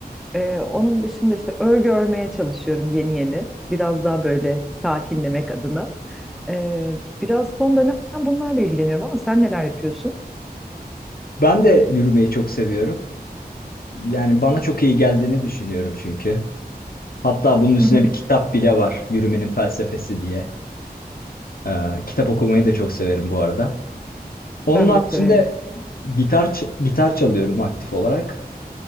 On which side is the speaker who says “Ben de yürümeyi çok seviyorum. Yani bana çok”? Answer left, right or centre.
Left